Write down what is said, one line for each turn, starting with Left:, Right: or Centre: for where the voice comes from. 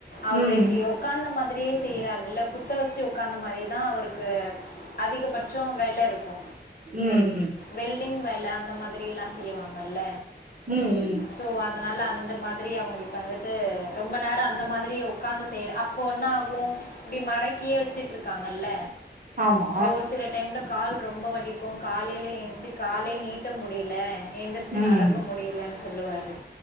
Left: அவரு
Right: ம்
Left: இப்டியோ உக்காந்த மாத்ரியே செய்யறார்கல்ல குத்த வெச்சு உக்காந்த மாரிதா அவுருக்கு அதிகபட்சோ வேல இருக்கு
Right: ம் ம்
Left: வெல்டிங் வேல அந்த மாத்ரில்லா செய்வாங்கல்ல
Right: ம் ம்
Left: ஸோ அதனால அந்த மாத்ரி அவுங்குளுக் வந்துட்டு ரொம்ப நேரோ அந்த மாத்ரியே உக்காந்து செய்ர ப்போ ஒன்னாகு இப்டி மடக்கியே வெச்சுட்டுருக்காங்கல்ல
Right: ஆமா
Left: ஒரு சில டைம்ல கால் ரொம்ப வலிக்கு காலைலயே எஞ்சு காலே நீட் ட்ட முடில எந்திரிச்சு
Right: ம்
Left: நடக்க முடியலேன் சொல்லுவாரு